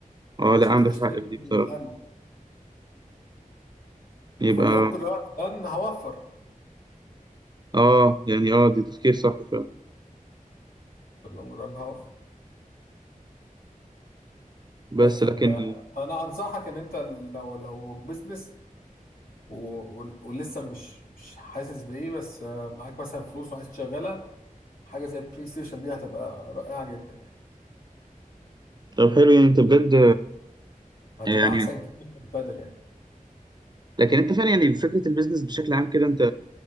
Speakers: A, on the right; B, on the left.
A: اه لا
B: أشت-
A: عندك
B: اشتري
A: حق في دي
B: من
A: بصراحه
B: المحل
A: يبقى
B: وفي اللونج ران هوفر
A: اه يعني اه دي تفكير صح فعلا
B: في اللونج ران هوفر
A: بس
B: بس فانت
A: لكن
B: انا انصحك ان انت لو لو بزنس و... و- ولسه مش مش حاسس بايه بس آه، معاك مثلا فلوس وعايز تشغلها حاجه زي البلاي ستيشن دي هتبقى رائعه جدا يعني
A: طب حلو يعني انت بجد
B: هتبقى
A: يعني
B: احسن كتير من البادل يعني
A: لكن انت فعلا يعني فكره البيزنس بشكل عام كده انت